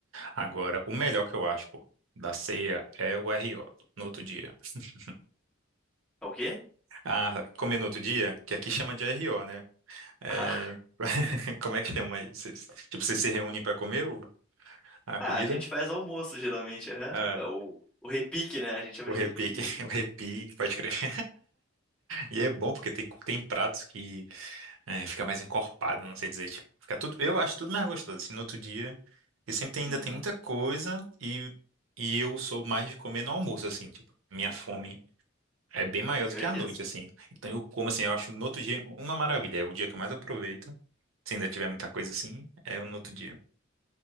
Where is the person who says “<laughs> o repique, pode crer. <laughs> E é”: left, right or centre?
Right